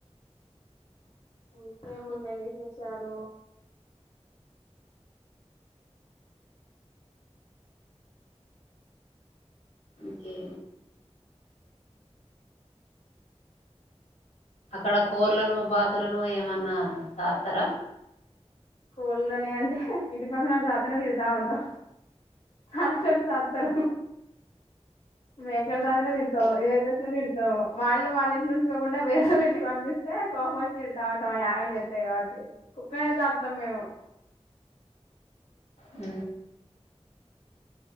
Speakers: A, on the left; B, on the left.
A: ఇంకేమున్నాయి విశేషాలు
B: ఒకే అక్కడ
A: ఆ
B: కోళ్ళలను బాతులను ఏమన్నా సకుతర
A: కోళ్లనే అంటే ఇంటి పక్కన వాళ్ళ శాతనే తిడతా ఉంటాం అస్సలు సాత్తరు మేకల రాజునే తిడతావా ఏ తిడతాం వాళ్ళు వాళ్ళ ఇంట్లో ఉంచుకోకుండా వేరేటోళ్ళ ఇంటి పంపిస్తే కోపం వచ్చి తిడతా ఉంటాం అయి ఆగం చేస్తే ఏ జాతి కుక్కలను సాతం మేము
B: ఊ